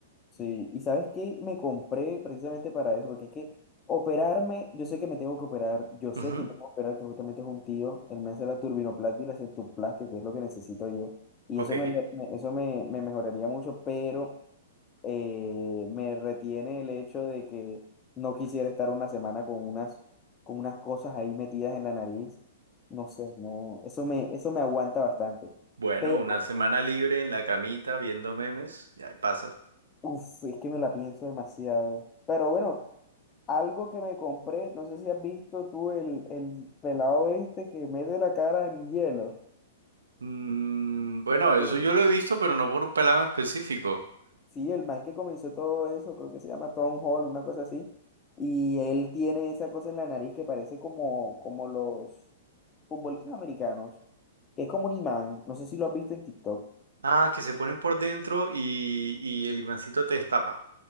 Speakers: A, on the left; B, on the right.
A: Sí, y ¿sabes qué? Me compré precisamente para eso, porque es que operarme, yo sé que me tengo que operar, yo sé
B: Ujú,
A: que me tengo que operar, que justamente es un tío, él me hace la turbinoplastia y la septoplastia, que es lo que necesito yo, y
B: Ok.
A: eso me, le- me- eso me, me mejoraría mucho, pero eh, me retiene el hecho de que no quisiera estar una semana con unas, con unas cosas ahí metidas en la nariz. No sé, no, eso me, eso me aguanta bastante.
B: Bueno,
A: Pero,
B: una semana libre en la camita viendo memes, ya pasa.
A: uff, es que me la pienso demasiado. Pero bueno, algo que me compré, no sé si has visto tú el, el pelado este que mete la cara en hielo.
B: Mm, bueno, eso
A: Eh,
B: yo lo he visto, pero no por un pelado en específico.
A: sí, el man que comenzó todo eso, creo que se llama Tom Hall, una cosa así. Y él tiene esa cosa en la nariz que parece como, como los, futbolistas americanos, que es como un imán, no sé si lo has visto en TikTok.
B: Ah, que se ponen por dentro y, y el imancito te destapa.